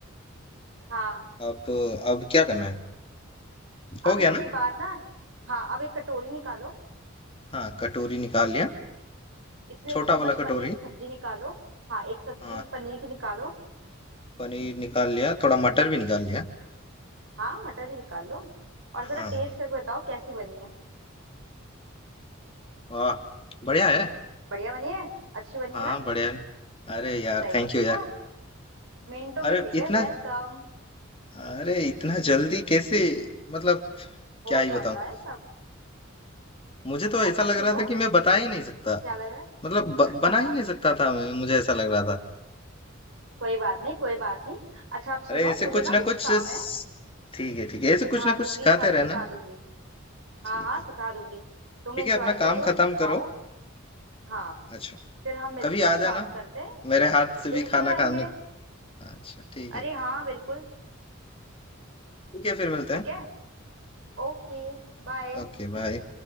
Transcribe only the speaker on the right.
हाँ
अब
इसके
बाद ना हाँ अब एक कटोरी निकालो
इसमें
एक चम्मच
पनीर की सब्जी निकालो हाँ एक सब्जी
पनीर की निकालो
हाँ मटर भी निकाल लो और जरा
टेस्ट करके बताओ कैसी बनी है
बढ़िया बनी है अच्छी बनी
है ना
सही
है
देखा
मिनटों
में सीख गए
वेलकम
हो
जाता
है सब
अच्छा
सुनो
क्या लग रहा
है
<laughs> कोई बात नहीं कोई बात नहीं अच्छा अब सुनो
मुझे
ना
कुछ
काम
है
सिखा
दूंगी
सब
सिखा दूंगी हाँ
हाँ
सिखा दूंगी तुम
एंजॉय
करो
सिखाओ
हाँ
फिर हम मिलते
हैं बात
करते हैं
बिल्कुल
आएंगे
अरे
हाँ बिल्कुल
ठीक
है ओके बाय